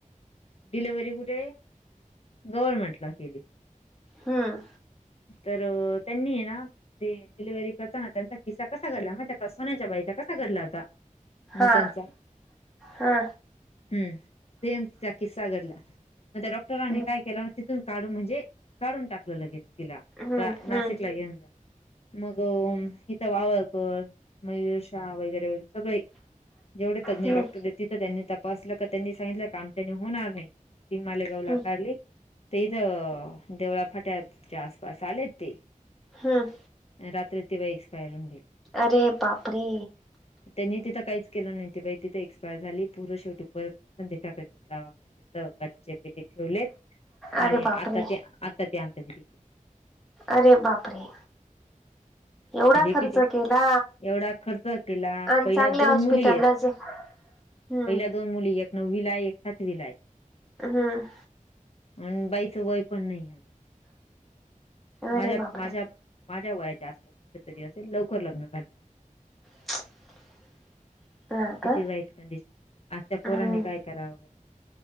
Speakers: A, on the left; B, in the centre.
A: डिलव्हरी कुठे गव्हर्मेंटला केली.
B: हम्म
A: तर त्यांनी आहे ना ते डिलिव्हरी करताना त्यांचा किस्सा कसा घडला माहिती आहे का? त्या सोन्याच्या बाईचा कसा घडला होता
B: हा
A: नूतनचा
B: हा
A: हम्म सेम तिचा किस्सा घडला. मग त्या डॉक्टरांनी
B: हम्म
A: काय केल तिथून काढून म्हणजे काढून टाकल लगेच तिला.
B: हम्म
A: नाशिकला
B: हम्म
A: येेऊन जा मग इथ वावळ कर मयुर शा वगैरे वगैरे सगळे. जेवढे तज्ञ
B: हम्म
A: डॉक्टर आहे त्यांनी तपासल का त्यांनी सांगितल का आमच्यानी होणार नाही. ती मालेगावला
B: हम्म
A: काढली. ते इथ देवळा फाट्याच्या आसपास आले ते.
B: हम्म
A: रात्री ती बाई एक्स्पायर होऊन गेली.
B: अरे बाप रे!
A: त्यांनी तिथ काहीच केल नाही. ती बाई तिथ एक्सपायर झाली. पूर्ण शेवटी परत संदीप ठाकरे च्या दवाखान्यात तिथे काचेच्या पेटीत ठेवलेत.
B: अरे
A: आणि
B: बापरे
A: आता ती आमच्या घरी आहे.
B: अरे बापरे. एवढा
A: म्हणजे
B: खर्च
A: किती
B: केला
A: एवढा खर्च केला
B: आणि
A: पहिल्या
B: चांगल्या
A: दोन
B: हॉस्पिटललाच
A: मुली आहेत
B: हम्म
A: पहिल्या दोन मुली एक नववीला आहे. एक सातवीला आहे.
B: हम्म
A: आणि बाईच वय पण नाही. माझ्या
B: अरे बापरे
A: माझ्या माझ्या वयाच्या आसपास कुठेतरी असेल. लवकर लग्न झाल.
B: <inaudible>
A: किती
B: का
A: वाईट कंडिशन. आज त्या पोरांनी
B: हम्म
A: काय कराव.